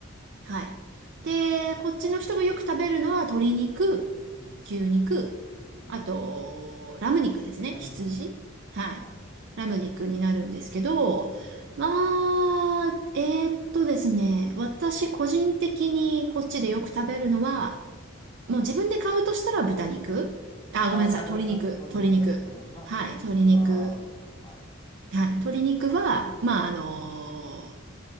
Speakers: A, on the right; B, on the left.
A: はい。で、こっちの人がよく食べるのは鶏肉、
B: うん。
A: 牛肉、
B: 牛肉。
A: あと、ラム肉ですね。
B: ラム肉ね。
A: 羊。はい。
B: なるほど。
A: ラム肉になるんですけど、
B: うん。
A: まあ、えーっとですね、私個人的にこっちでよく食べるのは、
B: うん
A: もう自分で買うとしたら豚肉。あ、
B: あ、
A: ごめんなさい。
B: なるほど。
A: 鶏肉。
B: あ鶏肉ね。
A: 鶏肉。
B: うん。まあ、
A: はい。
B: 鶏肉は、
A: 鶏肉。
B: うん、はい。
A: はい。鶏肉は、
B: えー、
A: まあ、あのー